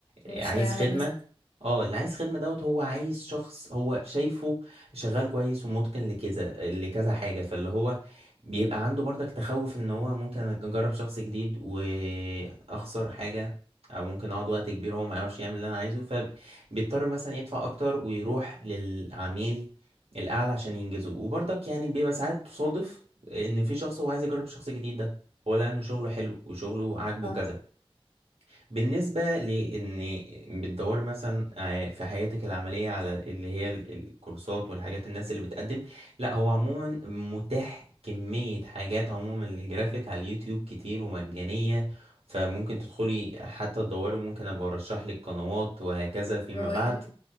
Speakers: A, on the left; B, on the right.
A: مش
B: آه، عايز
A: هيعمل
B: خدمه
A: ريسك
B: اه اللي عايز خدمه دوت هو عايز شخص هو شايفه شغال كويس ومتقن لكذا لكذا حاجه فاللي هو بيبقى عنده برضك تخوف ان هو ممكن اجرب شخص جديد واخسر حاجه او ممكن اقعد وقت كبير وهو ما يعرفش يعمل اللي انا عايزه فبيضطر مثلا يدفع اكتر ويروح للعميل الاعلى عشان ينجزه وبرضك يعني بيبقى ساعات تصادف ان في شخص هو عايز يجرب شخص جديد ده هو لقى ان شغله حلو وشغله عاجبه
A: صح
B: كذا بالنسبة لإن بتدوري مثلا آه، في حياتك العملية على اللي هي ال- الكورسات والحاجات الناس اللي بتقدم لا هو عموما متاح كمية حاجات عموما الجرافيك على اليوتيوب كتير ومجانية فممكن تدخلي حتى تدوري وممكن أبقى أرشح لك قنوات وهكذا فيما
A: يغير
B: بعد